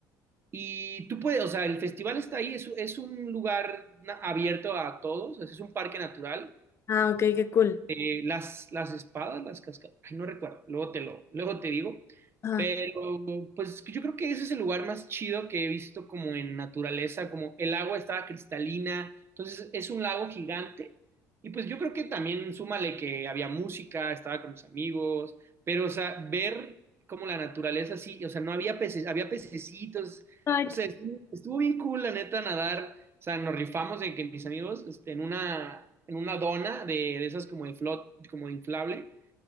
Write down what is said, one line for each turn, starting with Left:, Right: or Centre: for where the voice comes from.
Right: y tú puedes, o sea, el festival está ahí, es, es un lugar na- abierto a todos, es un parque natural,
Left: Ah, ok, qué cool.
Right: eh, las, las espadas, las cascadas, ay, no recuerdo, luego te lo, luego te digo,
Left: Ajá.
Right: pero pues yo creo que ese es el lugar más chido que he visto como en naturaleza, como el agua estaba cristalina, entonces es un lago gigante y pues yo creo que también súmale que había música, estaba con mis amigos, pero o sea, ver como la naturaleza así, o sea, no había peces, había pececitos,
Left: Ay,
Right: no sé,
Left: qué-
Right: estuvo, estuvo bien cool la neta nadar o sea, nos rifamos de que mis amigos, este, en una, en una dona de, de esas como de flot, como de inflable.